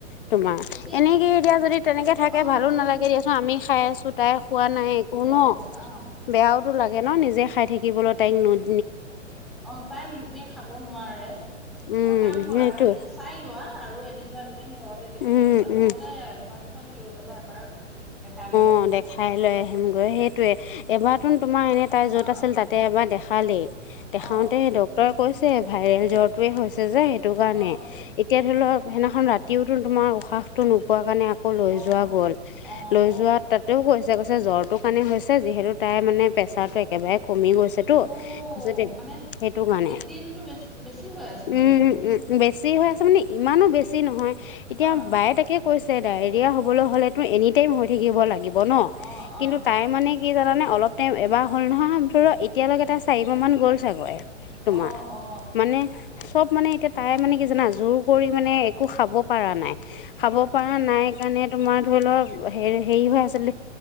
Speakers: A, on the left; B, in the centre.
A: তোমাৰ
B: এতিয়া
A: এনেকে এতিয়া যদি তেনেকে থাকে
B: অ
A: ভালো
B: তেনেকে
A: নালাগে
B: থাকিলে
A: দিয়াচোন আমি খাই আছো তাই খোৱা নাই একো
B: তিতা
A: ন
B: লাগে অঁ
A: বেয়াওতো লাগে ন নিজে খাই থাকিবলৈ তাইক নোদ
B: অঁ এতিয়া খাব নোৱাৰে এটা
A: উম
B: কাম কৰা
A: সেইটোৱে
B: হেৰি চাই লোৱা আৰু এদিন বা দুদিন ঘৰতে ট্ৰিটমেণ্টটো
A: উম
B: কৰি নহলে
A: উম
B: গুৱাহাটী ফালে লৈ যাবা এবাৰ দেখাই লৈ আহিবি
A: অঁ দেখাই লৈ আহিমগৈ সেইটোয়ে এবাৰতোন তোমাৰ এনে তাই
B: অ
A: য'ত আছিল তাতে এবাৰ দেখা খালেই দেখাওঁতে
B: অ
A: ডক্টৰে কৈছে ভাইৰেল জ্বৰটোৱে হৈছে যে সেইটো কাৰণে
B: অ
A: তেতিয়া ধৰি লওঁক সেইদিনাখন ৰাতিওতো তোমাৰ উশাহটো নোপোৱা কাৰণে আকৌ লৈ
B: অ
A: যোৱা গ'ল
B: অ
A: লৈ
B: অ
A: যোৱা তাতেও কৈছে কৈছে জ্বৰটোৰ কাৰণে হৈছে যিহেতু তাই মানে প্ৰেছাৰটো একেবাৰে কমি গৈছেতো
B: অ
A: কছে দে
B: মানে
A: সেইটো কাৰণে
B: লেট্ৰিনটো বেছি বেছি হৈ আছে নেকি
A: উম
B: লেট্ৰিনটো
A: উম বেছি হৈআছে মানে ইমানো বেছি নহয় এতিয়া
B: অ
A: বায়ে তাকে কৈছে ডায়ৰিয়া হ'বলে হ'লে তো এনে টাইম হৈ থাকিব লাগিব ন
B: অ
A: কিন্তু
B: অ
A: তাই মানে কি জানানে অলপটাইম এবাৰ হ'ল নহয় মুঠতে এতিয়ালৈকে তাই চাৰিবাহ মান গ'ল চাগৈে তোমাৰ
B: অ অ
A: মানে চব মানে এতিয়া তাই মানে কি জানা জোৰ কৰি মানে
B: অ
A: একো খাব পৰা নাই খাব পৰা নাই কাৰণে তোমাৰ ধৰি লওঁক। হে হেৰি হৈ আছিল